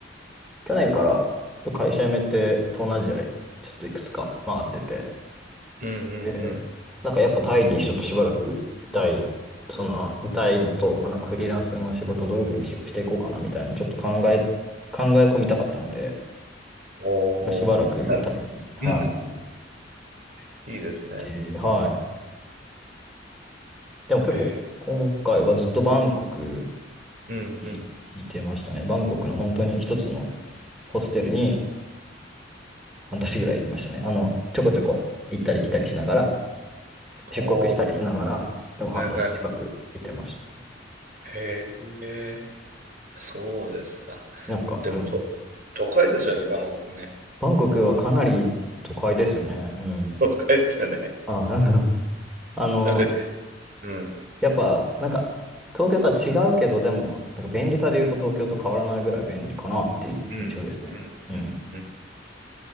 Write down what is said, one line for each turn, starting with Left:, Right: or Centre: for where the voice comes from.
Centre: 去年から会社辞めて東南アジアちょっといくつか回ってて、
Right: うんうん
Centre: でなんかやっぱタイにちょっとしばらくいたい、
Right: うん。
Centre: その、いたいのと、まあ、なんかフリーランスの仕事どういうふうにしようしていこうかなみたいなちょっと考え、考え込みたかったので、
Right: おー、
Centre: しばらくタイに、
Right: なる
Centre: は
Right: うん <laughs> いいですね。
Centre: い。で、はい。でも結構、
Right: へえ。
Centre: 今回はずっとバンコク
Right: うんうん。
Centre: にいてましたね。バンコクの本当に一つのホステルに、半年ぐらいいましたね。あの、ちょこちょこ行ったり来たりしながら、
Right: おー
Centre: 出国したりしながら、でも半年近くいてましたね。
Right: はいはいはい。へえ。そうですか。
Centre: なんか、
Right: でも、
Centre: うん。
Right: と、都会ですよね、バンコクね。
Centre: バンコクはかなり都会ですよね。うん。
Right: <laughs> 都会ですよね。
Centre: あ、なんか、あの、
Right: なんか、うん、
Centre: やっぱ、なんか、東京とは違うけど、でも、なんか便利さで言うと東京と変わらないぐらい便利かなっていう印象ですね。
Right: うん、うん、
Centre: うん。
Right: うん、うん。